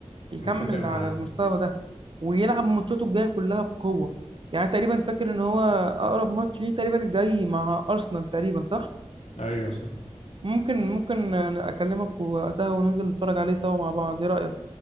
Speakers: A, on the right; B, on the left.
A: يكمل
B: متفق معاك
A: على المستوى ده ويلعب ماتشاته الجايه كلها بقوه يعني تقريبا فاكر ان هو اقرب ماتش ليه تقريبا الجاي مع ارسنال تقريبا صح
B: ايوه صح
A: ممكن ممكن اكلمك وقتها وننزل نتفرج عليه سوا مع بعض ايه رايك